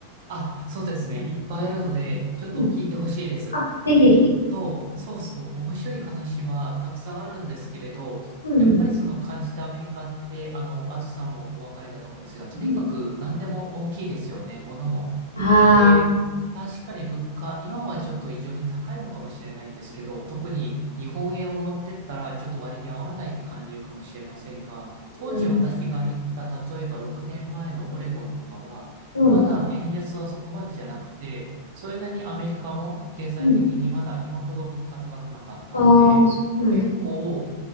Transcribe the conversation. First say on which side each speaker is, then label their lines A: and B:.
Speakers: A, on the right; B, on the left.
A: あ、そうですね。いっぱいあるので、ちょっと聞いてほしいです。
B: うんあ、ぜひぜひ。
A: えっと、そうそう、面白い話はたくさんあるんですけれど、
B: うん
A: やっぱりその感じたアメリカって、あの、あずさんもお分かりだと思うんですが、とにかく何でも大きいですよね、
B: うん。
A: ものも。
B: ああ、
A: で、確かに物価、今はちょっと異常に高いのかもしれないんですけど、特に日本円を持ってったらちょっと割に合わないって感じるかもしれませんが、当時私が行った、
B: うん、
A: 例えば6年前のオレゴンとかは、
B: うん、
A: まだ円安はそこまでじゃなくて、それなりにアメリカも経済的にまだ今ほど物価高くなかったんで、
B: うん。ああ、そうなんです。
A: 結構